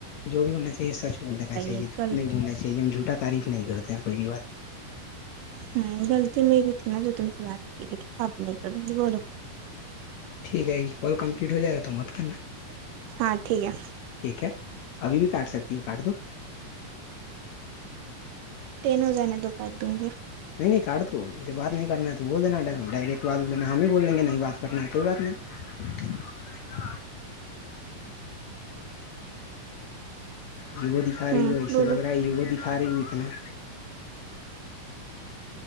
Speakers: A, on the left; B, on the right.
A: جو بھی ہونا چاہیے سچ بول دین چاہیے
B: ہے
A: جھو
B: غلط
A: نہیں بولنا چاہیے ہم جھوٹ اا تعریف نہیں کرتے ہیں پہلی بات <unintelligible>
B: ہ غلطی میری تھی نا جو تم سے بات کی لیکن اب نہیں کر مجے بولو <unintelligible>
A: ٹھیک ہے یہ کال کمپلیٹ ہو جائے گا تو مت کرنا
B: ہاں ٹھیک ہے
A: ٹھیک ہے <unintelligible> ابھی بھی کاٹ سکتی ہو کاٹ دو <unintelligible>
B: تین ہزان دو کر دوں گے <unintelligible>
A: نہیں نہیں کاٹ تو جب بات نہیں کرنا ہے تو بول دینا ڈائریکٹ بات دینا ہم ہی بول لیں گے نہیں بات کرنا ہے کوئی بات نہیں <unintelligible> چ <inaudible> یہ دکھا
B: ہوں
A: رہی ہو ایسے
B: بولو
A: لگ رہا ہے یہ وہ <unintelligible> ساریی ہوئیتے <unintelligible>